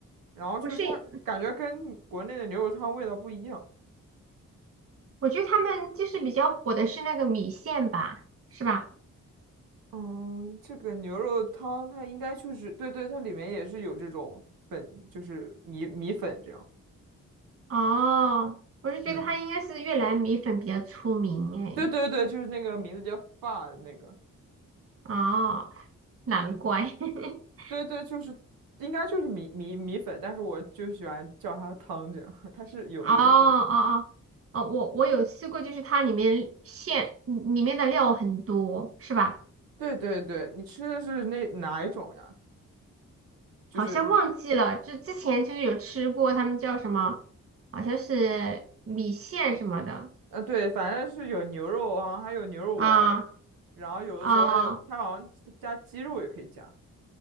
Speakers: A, on the right; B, on the right.
A: 然后就是它感觉跟国内的牛肉汤味道不一样。
B: 不是。我觉得他们就是比较火的是那个米线吧，是吧？
A: 嗯，这个牛肉汤它应该就是，对对，它里面也是有这种粉，就是米米粉这样。
B: 哦，我是觉得他应该是越南米粉比较出名
A: 嗯，对对对，就是那个名字叫发的那个。
B: 哎。哦，难怪。
A: 嗯，
B: <laughs>
A: 对对，就是应该就是米米米粉，但是我就喜欢叫它汤这样，<laughs> 它是有有粉。
B: 哦哦哦哦，我我有吃过，就是它里面馅嗯里面的料很多，是吧？
A: 对对对，你吃的是那哪一种呀？就是
B: 好像忘记了，就之前就是有吃过，他们叫什么？好像是米线什么的
A: 呃，对，反正是有牛肉啊，还有牛肉丸儿，
B: 啊
A: 然后有的时候还有它好像加鸡肉也可以加。
B: 啊